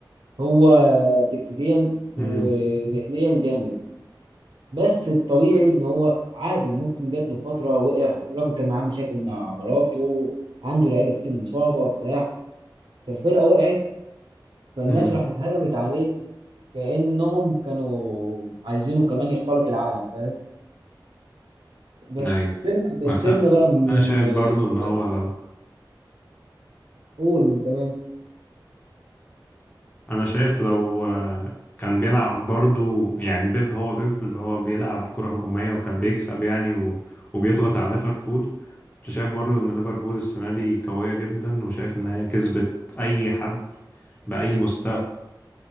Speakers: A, on the right; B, on the left.
A: هو تكتيكيا وذهنيا
B: امم
A: جامد بس الطبيعي ان هو عادي ممكن جات له فتره وقع الراجل كان معاه مشاكل مع مراته عنده لعيبه كتير مصابه بتاع فالفرقه وقعت فالناس
B: امم
A: راحت هجمت عليه كانهم كانوا عايزينه كمان يخترق العالم فاهم بس
B: ايوه
A: سيبنا
B: بس
A: سيبنا بقى من
B: انا شايف برضو
A: من-
B: ان هو لو
A: قول تمام
B: انا شايف لو آه، كان بيلعب برضو يعني بيب هو بيب اللي هو بيلعب كرة هجومية وكان بيكسب يعني و- وبيضغط على ليفربول كنت شايف برضو ان ليفربول السنة دي قوية جدا وشايف ان هي كسبت اي حد بأي مستوى